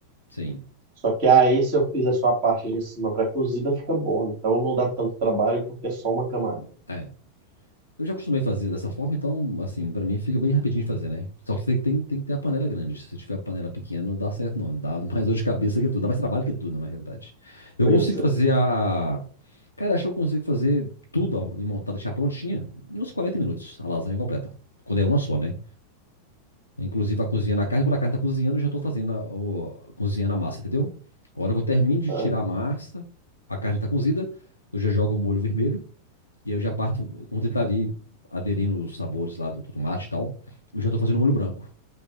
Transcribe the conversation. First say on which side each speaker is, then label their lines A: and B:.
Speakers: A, on the left (about 80°); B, on the right (about 40°).
A: sim.
B: Só que aí, se eu fizer só a parte de cima para cozida, fica bom. Então não dá tanto trabalho porque é só uma camada.
A: É. Eu já acostumei fazer dessa forma, então, assim, pra mim fica bem rapidinho de fazer, né? Só que você tem, tem- tem que ter a panela grande. Se você tiver a panela pequena, não dá certo, não. Dá mais dor de cabeça que tudo. Dá mais trabalho que tudo, na realidade. Eu
B: Pois
A: consigo
B: é.
A: fazer a. Cara, acho que eu consigo fazer tudo ó, e montar, deixar prontinha em uns 40 minutos, a lasanha completa. Quando é uma só, né? Inclusive, a cozinhando a carne, quando a carne tá cozinhando, eu já tô fazendo a, o- cozinhando a massa, entendeu? A hora que eu termino de
B: Ah,
A: tirar a massa, a carne tá cozida, eu já jogo o molho vermelho. E aí eu já parto, quando ele tá ali aderindo os sabores lá do, do tomate e tal, eu já tô fazendo o molho branco.